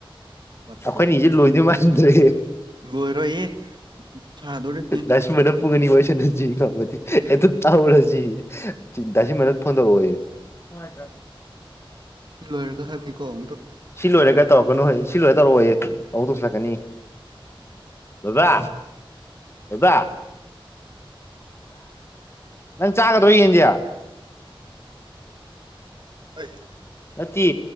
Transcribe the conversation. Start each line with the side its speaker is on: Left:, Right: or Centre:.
Right: ꯋꯥꯠꯄꯗꯣ
Left: ꯑꯩꯈꯣꯏꯅ ꯏꯁꯦ ꯂꯣꯏꯗꯣꯏ ꯃꯥꯟꯗ꯭ꯔꯦ
Right: ꯂꯣꯏꯔꯣꯏꯌꯦ ꯁꯥꯗꯣꯔꯤꯕꯅꯤ
Left: ꯗꯁ ꯃꯤꯄꯨꯒꯅꯤ ꯑꯣꯏ ꯅ ꯆ ꯉꯝꯃꯗꯤ ꯍꯦꯛꯇ ꯇꯥꯎꯔꯁꯤ ꯇꯁꯤꯃꯅ ꯐꯣꯟ ꯇꯧꯔꯛꯑꯣꯌꯦꯦ ꯍꯣꯏ ꯇꯀꯦ
Right: ꯊꯤ ꯂꯣꯏꯔꯒ ꯍꯥꯏꯕꯅꯤꯀꯣꯨ
Left: ꯁꯤ ꯂꯣꯏꯔꯦ ꯀꯥꯏ ꯇꯧꯔꯛꯀꯅꯣ ꯍꯣꯏ ꯁꯤ ꯂꯣꯏꯔ ꯇꯧꯔꯑꯣꯌꯦꯦ ꯑꯃꯨꯛꯇ ꯅꯤ ꯕꯥ ꯕꯥ ꯅꯪ ꯆꯥꯒ ꯑꯗꯨ ꯑꯣꯏ ꯌꯦꯟꯖꯌꯥ
Right: ꯍꯣꯏ ꯍꯣꯏ
Left: ꯅꯠꯇꯦ